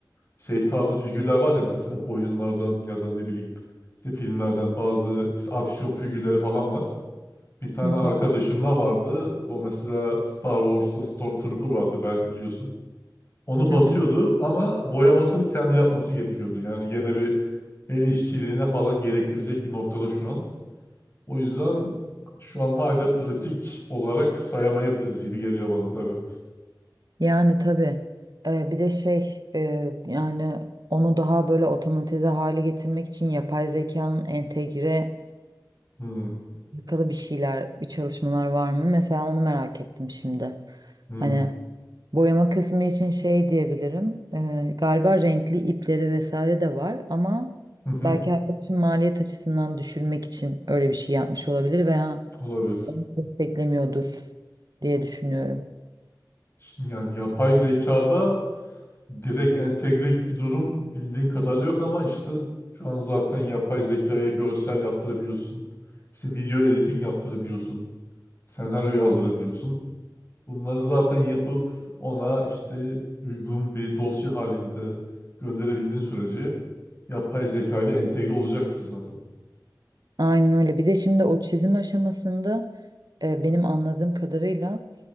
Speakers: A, on the left; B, on the right.
A: şey tarzı figürler var ya mesela oyunlardan ya da ne bileyim işte filmlerden bazı işte aksiyon figürleri falan var. Bir tane
B: Hı hı,
A: arkadaşımla vardı. O mesela Star Wars'ta Stormtrooper vardır belki biliyorsun. Onu basıyordu
B: hı hı.
A: ama boyamasını kendi yapması gerekiyordu. Yani gene bir el işçiliğine falan gerektirecek bir noktada şu an. O yüzden şu an hala pratik olarak sayamayabiliriz gibi geliyor bana da evet.
B: Yani tabii Ee, bir de şey e, yani onu daha böyle otomatize hale getirmek için yapay zekanın entegresiyle
A: Hmm,
B: alakalı bir şeyler, bir çalışmalar var mı? Mesela onu merak ettim şimdi.
A: hmm,
B: Hani Boyama kısmı için şey diyebilirim. Ee, galiba renkli ipleri vesaire de var ama
A: hı hı,
B: belki arkadaşım maliyet açısından düşürmek için öyle bir şey yapmış olabilir veya
A: olabilir.
B: desteklemiyordur diye düşünüyorum.
A: Şimdi yani yapay zekada direkt entegre gibi bir durum bildiğim kadarıyla yok ama işte şu an zaten yapay zekaya görsel yaptırabiliyorsun. İşte video editing yaptırabiliyorsun. Senaryo yazdırabiliyorsun. Bunları zaten yapıp ona işte uygun bir dosya halinde gönderebildiğin sürece yapay zeka ile entegre olacaktır zaten.
B: Aynen öyle. Bir de şimdi o çizim aşamasında e, benim anladığım kadarıyla